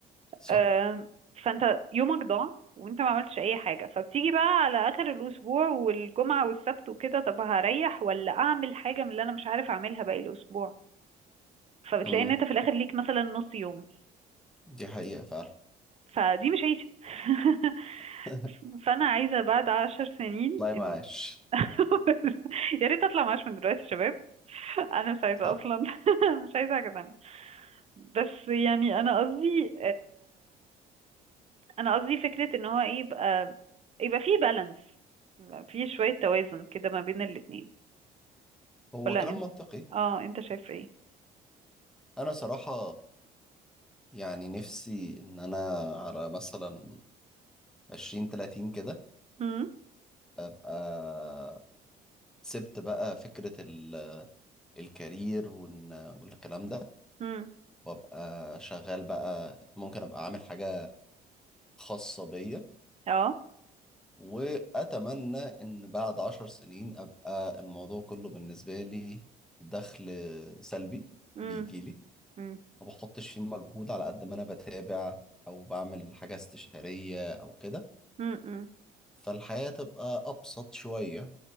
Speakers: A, in the centre; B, on the right.
A: صح
B: آم، فانت يومك ضاع وانت ما عملتش اي حاجة فبتيجي بقى على اخر الاسبوع والجمعة والسبت وكده طب هريح ولا اعمل حاجة من اللي انا مش عارف اعملها باقي الاسبوع فبتلاقي
A: امم
B: ان انت في الاخر ليك مثلا نص يوم
A: دي حقيقة فعلا
B: فدي مش عيشة <laughs>
A: <laughs>
B: فانا عايزة بعد عشر سنين
A: لا معاش
B: إن... <laughs> يا ريت اطلع معاش من دلوقتي يا شباب انا مش عايزة
A: صح
B: اصلا <laughs> مش عايزة حاجة تانية بس يعني انا قصدي انا قصدي فكرة ان هو ايه يبقى يبقى فيه بالانس يبقى فيه شوية توازن كده ما بين الاتنين
A: هو
B: ولا
A: كلام
B: انت
A: منطقي
B: اه انت شايف ايه
A: انا صراحة يعني نفسي ان انا على مثلا 20 30 كده
B: امم
A: ابقى سبت بقى فكرة ال- الكارير وإن- والكلام ده
B: امم
A: وابقى شغال بقى ممكن ابقى عامل حاجة خاصة بيا
B: اه
A: واتمنى ان بعد عشر سنين ابقى الموضوع كله بالنسبة لي دخل سلبي
B: امم
A: بيجي لي
B: امم
A: ما بحطش فيه مجهود على قد ما انا بتابع او بعمل حاجة استشارية او كده
B: امم
A: فالحياة تبقى ابسط شوية